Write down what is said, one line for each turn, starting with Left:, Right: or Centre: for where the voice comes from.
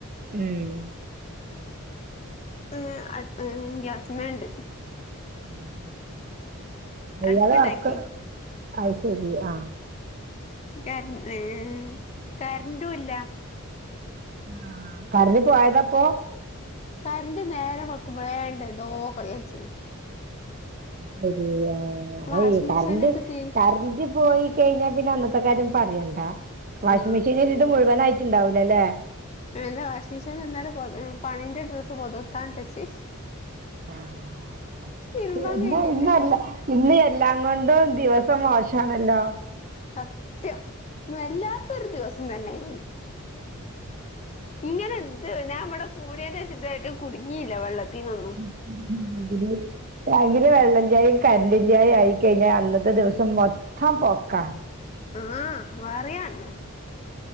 Right: ഉം
Left: ഏ അടുപ് ഗ്യാസ് മേഉണ്ട്
Right: ഉം ഉം ഉംഎല്ലാരും
Left: അടുപ്പുണ്ടാക്കി
Right: ഒർക്ക് അയി ശരി ആഹ്
Left: കരൻ ഏ കരററും ഇല്ല
Right: ആ കരണ്ട്പോയതപ്പോ
Left: കരണ്ട് നേരം വെളുക്കുമ്പഴേ വേണ്ട എന്തോ കളികളിച്ചണ്
Right: ശരി ആ
Left: വാഷിംഗ്
Right: അയ കറണ്ട്
Left: മെഷീനിലിട്ട് തീ
Right: കറണ്ട് പോയി കഴിഞ്ഞാൽ പിന്നെ അന്നത്തെ കാര്യം പറയണ്ട വാഷിംഗ്
Left: ആഹ്
Right: മെഷീനിൽ ഇത് മുഴുവനായിട്ടുണ്ടാവലേ അല്ലേ
Left: എല്ല വാഷിംഗ് മിഷീൻ ഇന്നലെ പൊ പണിന്റെ ഡ്രസ്സ് പുതുർത്താൻട്ടച്ചച്ച്
Right: ആഹ് ആ അള്ള
Left: തിരുമ്പാൻ
Right: ഇ ഇന്നല്ല
Left: കഴിഞ്ഞില്ല
Right: ഇന്ന് എല്ലാം കൊണ്ടും ദിവസം മോശമാണല്ലോ
Left: സത്യം ഇ വല്ലാത്തൊരു ദിവസം തന്നായി പോയി ഇങ്ങനെ എന്ത് ഞാൻ ഇവിടെ കൂടന്റെ വിശുദ്ധമായിട്ടും കുടുങ്ങിയില്ല വെള്ളത്തിന്നൊന്നും
Right: ഉം ഇവടെ ടാങ്കിലും വെള്ളം ചായും കരണ്ട് ഇല്ലാതായി കഴിഞ്ഞാൽ അന്നത്തെ ദിവസം മൊത്തം പൊക്കാം
Left: ആഹ് പറയാല്ലോ